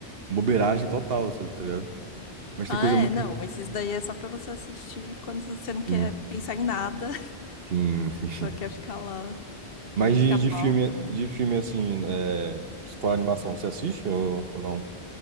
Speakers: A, on the right (about 60°); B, on the left (about 60°).
A: bobeiragem
B: Aham.
A: total, sabe? Tá ligado? Mas
B: Ah,
A: tem coisa
B: é,
A: muito
B: não,
A: boa.
B: esses daí é só pra você assistir quando você não quer
A: Sim,
B: pensar em nada.
A: sim, sim.
B: Só quer ficar lá.
A: Mas
B: Que nem
A: de,
B: pica-pau
A: de filme,
B: também.
A: de filme assim, é, se for animação, você assiste ou, ou não?